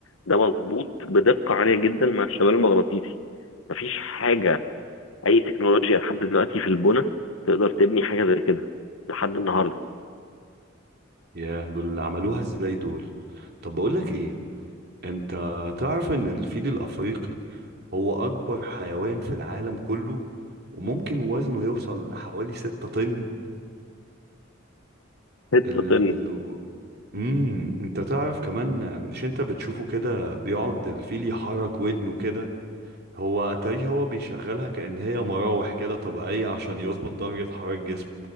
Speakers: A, on the left (about 85°); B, on the right (about 55°).
A: ده مظبوط بدقة عالية جدا مع الشمال المغناطيسي مفيش حاجة أي تكنولوجيا لحد دلوقتي في البنى تقدر تبني حاجة زي كده لحد النهاردة
B: يا دول اللي عملوها ازاي دول طب بقول لك ايه انت تعرف ان الفيل الافريقي هو اكبر حيوان في العالم كله وممكن وزنه يوصل لحوالي 6 طن
A: ست
B: ال...
A: طن
B: امم انت تعرف كمان مش انت بتشوفه كده بيقعد الفيل يحرك ودنه كده هو اتاريه هو بيشغلها كأن هي مراوح كده طبيعية عشان يظبط درجة حرارة جسمه